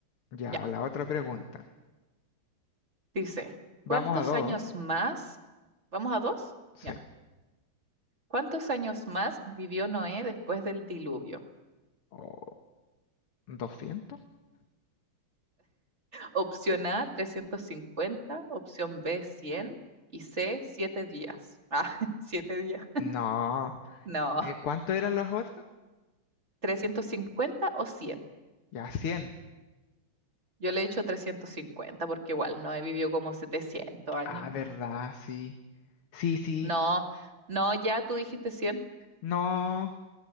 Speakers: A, on the left; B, on the right.
A: Ya,
B: ya.
A: la otra pregunta.
B: Dice,
A: Vamos
B: ¿cuántos
A: a dos.
B: años más? ¿Vamos a dos?
A: Sí.
B: Ya. ¿Cuántos años más vivió Noé después del diluvio?
A: ¿O doscientos?
B: Opción A, 350. opción B, 100. y C, 7 días. Ah, <laughs> 7 días.
A: No.
B: No,
A: Eh, ¿Cuánto eran las otras?
B: 350 o 100.
A: Ya, cien.
B: Yo le he dicho 350 porque igual Noé vivió como 700 años.
A: Ah, verdad, sí. Sí, sí.
B: No, no, ya tú dijiste 100.
A: No.